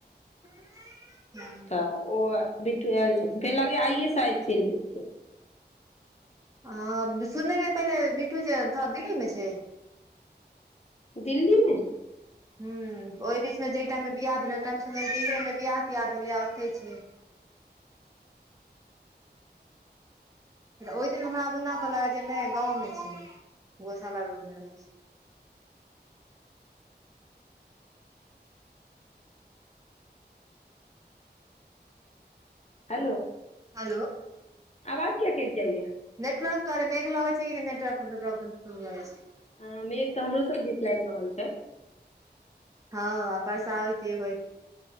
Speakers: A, on the right; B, on the left.
A: <unintelligible>
B: तऽ ओ बेटू आयल छथिन फेर लागे आइए से आज चलि जेथिन
A: आ सुनने रह पहिले बिठू छै थ दिल्ली मे छै
B: दिल्लीमे
A: हूँ ओहि बीचमे जहि टाइममे बिआह भेलै ओहि टाइमसँ दिल्लेमे बियाह तिआह भेलै आ ओतहि छै ऽ ओहि दिन हमरा मुन क लाग जे नहि गाँवमे छीियै गौशाला रोड मे रहैत छी
B: हेलो
A: हेलो
B: आवाज क्या कट जाइयए
A: नेटवर्क दारे मेघ लग छै कि नेटवर्क प्रोब्म छै
B: ह मेघ तऽ हमरो सब दिस लाग रहल छै
A: हँ बस आै छ भइ